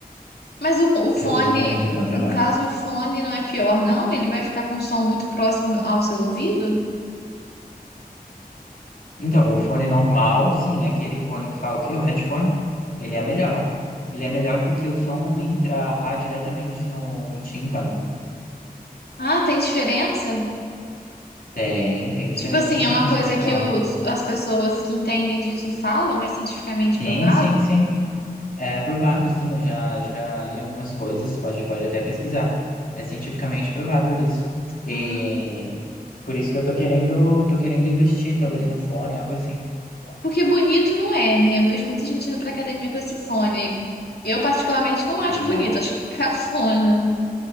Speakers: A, on the left (about 85°); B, on the left (about 60°).
A: Mas o, o fone,
B: que eu uso muito no meu trabalho.
A: no caso, o fone não é pior, não? Ele vai ficar com um som muito próximo ao seu ouvido?
B: Então, o fone normal, sim, aquele fone que fala o quê? O headphone, ele é melhor. Ele é melhor porque o som não entra lá diretamente no, no tímpano.
A: Ah, tem diferença?
B: Tem, tem diferença,
A: Tipo assim,
B: sim,
A: é uma
B: se
A: coisa
B: você
A: que
B: dá
A: os,
B: uma...
A: as pessoas que entendem disso falam, é cientificamente
B: Sim,
A: provado?
B: sim, sim. É provado, sim, eu já, já li algumas coisas, pode, pode até pesquisar. É cientificamente provado isso. E
A: Ah.
B: por isso que eu tô querendo, tô querendo investir, talvez num fone, algo assim.
A: Porque bonito não é, né? Eu vejo muita gente indo pra academia com esse fone. Eu, particularmente, não acho
B: Exato.
A: bonito, acho cafona.